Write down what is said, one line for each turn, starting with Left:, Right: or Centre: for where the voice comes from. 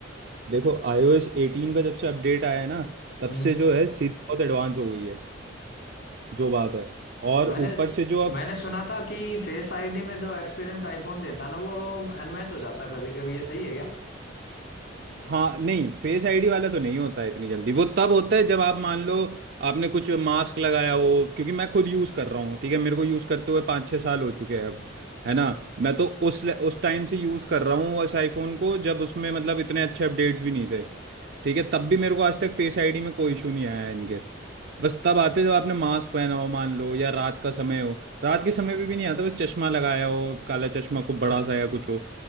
Right: देखो iOS 18 का जब से अपडेट आया है ना तब
Left: हम्म
Right: से जो है सीधी बहुत एडवांस हो गई है जो बात है और
Left: मैंने
Right: ऊपर से जो अब
Left: मैंने सुना था कि फेस आईडी में जो एक्सपीरियंस आईफोन देता है ना वो अनमैच हो जाता कभी कभी ये सही है क्या
Right: हाँ नहीं फेस आईडी वाला तो नहीं होता है इतनी जल्दी वो तब होता है जब आप मान लो आपने कुछ मास्क लगाया हो क्योंकि मैं खुद यूज़ कर रहा हूँ ठीक है मेरे को यूज़ करते हुए पाँच छः साल हो चुके हैं अब है ना मैं तो उस उस टाइम से यूज़ कर रहा हूँ उस आईफोन को जब उसमें मतलब इतने अच्छे अपडेट्स भी नहीं थे ठीक है तब भी मेरे को आज तक फेस आईडी में कोई इशू नहीं आया है इनके बस तब आते हैं जब आपने मास्क पहना हो मान लो या रात का समय हो रात के समय पे भी नहीं आता बस चश्मा लगाया हो काला चश्मा
Left: अच्छा।
Right: खूब बड़ा सा या कुछ हो